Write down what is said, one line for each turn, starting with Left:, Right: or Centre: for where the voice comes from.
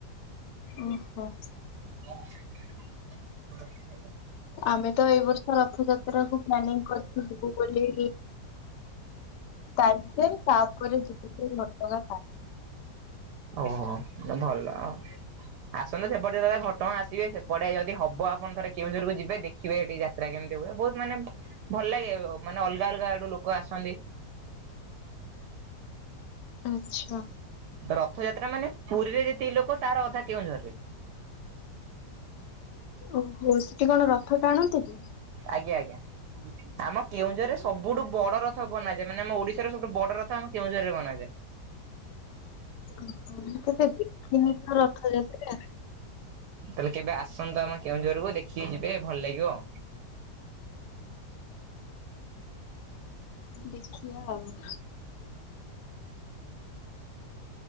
Left: ଓହୋ।
Right: <inaudible>
Left: ଆମେ ତ ଏଇ ବର୍ଷ ରଥଯାତ୍ରା କୁ ପ୍ଲାନିଂ କରିଛ ଯିବୁ ବୋଲି ତାଲଚେର୍ ତାପରେ ଯିବୁଁ ଘଟଗାଁ ତାରିଣୀ
Right: ଓହୋ ଭଲ ଆଉ। ଆସନ୍ତୁ ସେପଟ ଯଦି ଘଟଗାଁ ଆସିବେ ସେପଟେ ଯଦି ହବ ଆପଣ ଥରେ କେଉଁଝରକୁ ଯିବେ ଦେଖିବେ ଏଠି ଯା ସେଟା କେମିତି ହୁଏ ବହୁତ ମାନେ ଭଲ ଲାଗେ ମାନେ ଅଲଗା ଅଲଗା ଆଡୁ ଲୋକ ଆସନ୍ତି
Left: ଆଛା।
Right: ରଥଯାତ୍ରା ମାନେ ପୁରୀରେ ଯେତିି ଲୋକ ତାର ଅଧା କେଉଁଝର ରେ
Left: ଓହୋ ସେଠି କଣ ରଥ ଟାଣନ୍ତି କି?
Right: ଆଜ୍ଞା ଆଜ୍ଞା। ଆମ କେଉଁଝରରେ ସବୁଠୁ ବଡ ରଥ ବନାଯାଏ ମାନେ ଆମ ଓଡିଶାର ସବୁଠୁ ବଡ ରଥ ଆମ କେଉଁଝରରେ ବନାଯାଏ
Left: ଓହୋ, ମୁଁ ତ କେବେ ଦେଖିନି ତୋର ରଥଯାତ୍ରା।
Right: ତାହେଲେ କେବେ ଆସନ୍ତୁ ଆମେ କେଉଁଝରକୁ ଦେଖିକି ଯିବେ ଭଲ ଲାଗିବ ଆଉ
Left: ଦେଖିବା ଆଉ